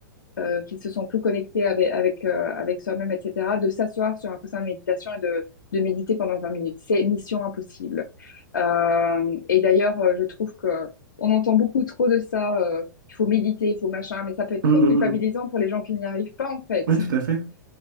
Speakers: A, on the left; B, on the right.
A: euh, qui se sont plus connectés avec, avec, euh, avec soi-même, etc., de s'asseoir sur un coussin de méditation et de, de méditer pendant 20 minutes. C'est mission impossible. Euh, et d'ailleurs, euh, je trouve que on entend beaucoup trop de ça. euh, il faut méditer, il faut machin, mais ça peut être
B: Mm,
A: très
B: mm,
A: culpabilisant
B: mm.
A: pour les gens qui n'y arrivent pas en fait.
B: Ouais, tout à fait.